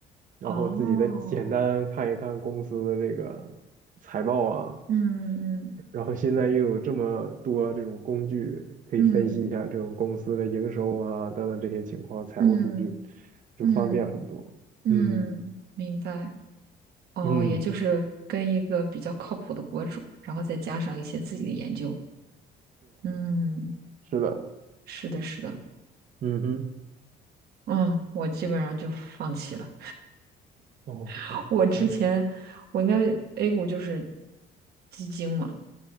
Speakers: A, on the right; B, on the right.
A: 然后自己再简单看一看公司的这个财报啊，
B: 哦，嗯嗯
A: 然后现在又有这么多这种工具可以分析一下这种公司的营收啊等等这些情况，
B: 嗯
A: 财务数据
B: 嗯
A: 就方便很多。
B: 嗯嗯，
A: 嗯
B: 明白。哦，
A: 嗯，
B: 也就是跟一个比较靠谱的博主，然后再加上一些自己的研究。嗯，
A: 是的，
B: 是的，是的。
A: 嗯哼，
B: 嗯，我基本上就放弃了。
A: 哦，
B: <laughs>
A: 哎哎，
B: 我之前我应该 A 股就是基金嘛。